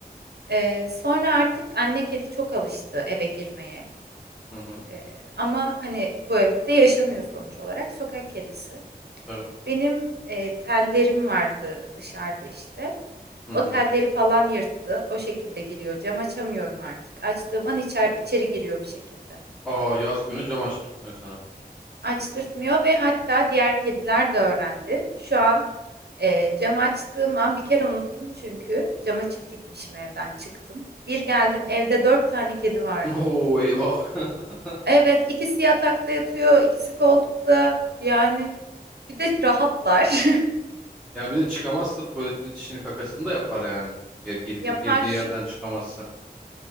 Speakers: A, on the right (about 80°); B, in the centre.
A: Ee, sonra artık anne kedi çok alıştı eve girmeye.
B: Hı hı.
A: Ee, ama hani bu evde de yaşamıyor sonuç olarak sokak kedisi.
B: Tabii.
A: Benim e, tellerim vardı dışarıda işte.
B: Hı hı.
A: O telleri falan yırttı. O şekilde giriyor. Cam açamıyorum artık. Açtığım an içer, içeri giriyor bir şekilde.
B: Aa yaz günü cam açtırtmıyor sana.
A: açtırtmıyor ve hatta diğer kediler de öğrendi. Şu an e, cam açtığım an bir kere unuttum çünkü cam açık gitmişim evden çıktım. Bir geldim evde dört tane kedi vardı.
B: <laughs> Oo eyvah. <laughs>
A: Evet ikisi yatakta yatıyor, ikisi koltukta yani bir de rahatlar.
B: Ya bir de çıkamazsa tuvaletin içini kakasını da yapar yani. Gir- Girdi,
A: <laughs> Yapar.
B: girdiği yerden çıkamazsa.